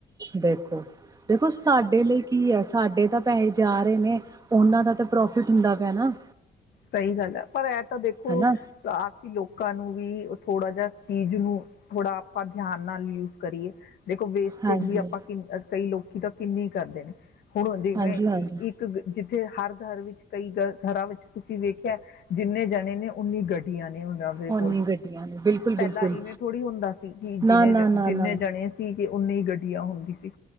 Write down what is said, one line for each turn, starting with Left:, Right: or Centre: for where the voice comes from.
Right: ਦੇਖੋ, ਦੇਖੋ ਸਾਡੇ ਲਈ ਕੀ ਐ, ਸਾਡੇ ਤਾਂ ਪੈਹੇ ਜਾ ਰਏ ਨੇ ਓਅਨਾ ਉਹਨਾਂ ਦਾ ਤਾਂ ਪ੍ਰੋਫਿਟ ਹੁੰਦਾ ਪੇਆ ਨਾ।
Left: ਸਹੀ ਗੱਲ ਆ। ਪਰ, ਐ ਤਾ ਦੇਖੋ
Right: ਹਨਾ
Left: ਆ ਅਸੀ ਲੋਕਾਂ ਨੂੰ ਵੀ ਥੋੜਾ ਜੇਆ ਚੀਜ ਨੂ, ਥੋੜਾ ਆਪਾ ਧਿਆਨ ਨਾਲ ਯੂਜ ਕਰੀਏ। ਦੇਖੋ ਵੇਸਟੇਜ਼
Right: ਹਾਂਜੀ
Left: ਵੀ ਆਪਾ ਕਿ ਕਈ ਲੋਕ ਤਾਂ ਕਿੰਨੀ ਕਰਦੇ ਨੇ। <unintelligible>
Right: ਹਾਂਜੀ ਹਾਂਜੀ
Left: ਤੇ ਹਰ ਘਰ ਵਿੱਚ ਕਈ ਘਰਾਂ ਵਿੱਚ ਤੁਸੀ ਵੇਖੇਆ ਜਿੰਨੇ ਜਣੇ ਨੇ ਉਨੀ ਗਡੀਆਂ ਨੇ ਉਨਾਂ ਦੇ
Right: ਓਨੀ
Left: ਕੋਲ।
Right: ਗੱਡੀਆਂ ਨੇ ਬਿਲਕੁਲ ਬਿਲਕੁਲ
Left: ਪੈਲਾ ਇਵੇਂ ਥੋੜੀ ਹੁੰਦਾ ਸੀ, ਕਿ
Right: ਨਾ
Left: ਜਿਨੇ
Right: ਨਾ
Left: ਜ
Right: ਨਾ
Left: ਜਿੰਨੇ
Right: ਨਾ
Left: ਜਣੇ ਸੀਗੇ, ਓਨੀੇ ਗੱਡੀਆਂ ਹੁੰਦੀ ਸੀ।